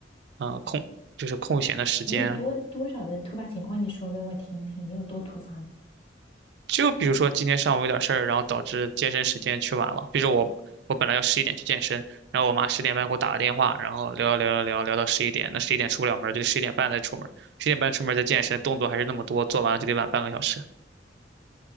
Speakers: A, on the right; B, on the left.
A: 嗯、呃空，就是空闲的时间。
B: 你有多多少的突发情况，你说给我听听，你有多突发呢？
A: 就比如说今天上午有点事儿，然后导致健身时间去晚了。比如说我我本来要十一点去健身，然后我妈十点半给我打个电话，然后聊聊聊聊聊到十一点，那十一点出不了门儿就得十一点半再出门儿，十一点半出门儿再健身，动作还是那么多，做完了就得晚半个小时。